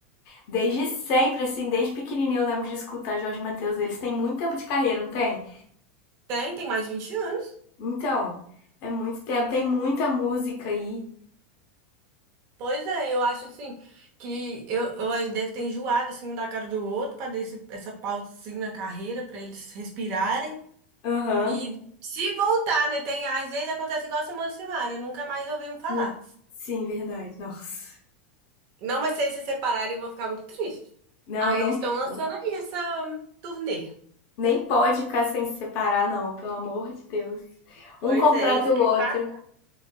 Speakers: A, on the left; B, on the right.
A: desde sempre, assim, desde pequenininho eu lembro de escutar Jorge Mateus. Eles têm muito tempo de carreira, não tem?
B: Tem, tem mais de 20 anos.
A: Então, é muito tempo. Tem muita música aí.
B: Pois é, eu acho assim que eu, eu deve ter enjoado assim um da cara do outro para dar esse- essa pausa assim, na carreira para eles respirarem
A: Aham.
B: e se voltar, né? Tem às vezes acontece igual a Simone e Simaria, nunca mais ouvimos falar.
A: No- Sim, verdade. Nossa.
B: Não, mas se eles se separarem, eu vou ficar muito triste.
A: Não,
B: Aí
A: não,
B: eles estão lançando
A: não.
B: aí essa turnê.
A: Nem pode ficar sem se separar, não, pelo amor de Deus.
B: Pois
A: Um completa
B: é, eu fiquei
A: o outro.
B: pra...